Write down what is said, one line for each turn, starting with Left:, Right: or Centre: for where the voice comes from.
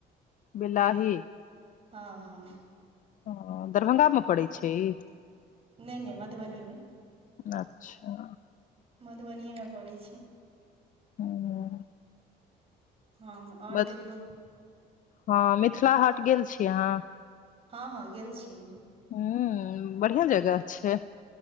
Left: बिलााही
Right: हँ हँ
Left: ह दरभंगामे पड़ैत छै ई
Right: नहि नहि मधुबनी मे
Left: अच्छा
Right: मधुबनीए मे पड़ै छी
Left: हूँ,
Right: हँ आओर
Left: मथ,
Right: कहियौ
Left: हँ, मिथिलाहाट गेल छै अहाँ।
Right: हँ, हँ, गेल छै।
Left: हूँ, बढ़िआँ जगह छै।